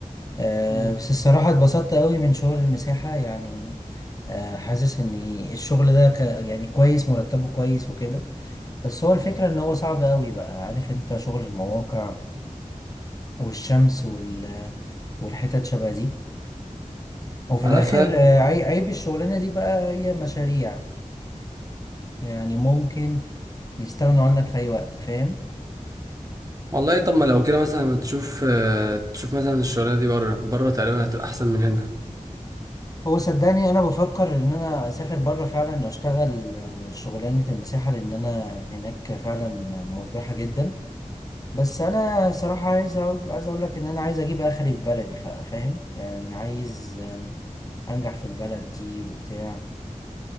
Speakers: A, on the left; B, on the right.
A: أه
B: مم.
A: بس الصراحه اتبسطت قوي من شغل المساحه يعني أه حاسس ان الشغل ده ك يعني كويس مرتبه كويس وكده بس هو الفكره ان هو صعب قوي بقى عارف انت شغل المواقع والشمس وال والحتت شبه دي وفي
B: انا
A: الاخر
B: فاهم
A: آه، عي- عيب الشغلانه دي بقى هي مشاريع يعني ممكن يستغنوا عنك في اي وقت فاهم
B: والله طب ما لو كده مثلا ما تشوف آه، تشوف مثلا الشغلانه دي بره بره تقريبا هتبقى احسن من هنا
A: هو صدقني انا بفكر ان انا اسافر بره فعلا اشتغل آه، شغلانه المساحه لان انا هناك فعلا مربحه جدا بس انا صراحه عايز أقول- عايز اقول لك ان انا عايز اجيب اخري في بلدي فا- فاهم يعني عايز آم، انجح في البلد دي وبتاع